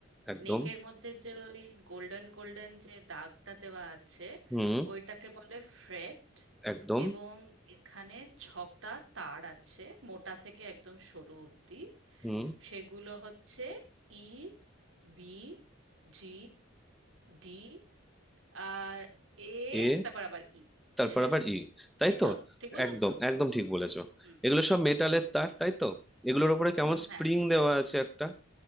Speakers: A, in the centre; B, on the right (about 70°).
A: একদম
B: নেকের মধ্যে যে ওই গোল্ডেন গোল্ডেন যে দাগটা দেওয়া আছে
A: হুম
B: ওইটাকে বলে ফ্রেট
A: একদম
B: এবং এখানে ছটা তার আছে মোটা থেকে একদম সরু অবধি
A: হুম
B: সেগুলো হচ্ছে ই বি জি ডি আর এ
A: এ
B: তারপর আবার ই
A: তারপর
B: হ্যাঁ
A: আবার ই তাই
B: তাই
A: তো
B: তো ঠিক বললাম
A: একদম
B: তো
A: একদম ঠিক বলেছো
B: হুম
A: এগুলো সব মেটালের তার তাই তো এগুলোর উপরে কেমন
B: হুম
A: স্প্রিং
B: হ্যাঁ
A: দেওয়া আছে একটা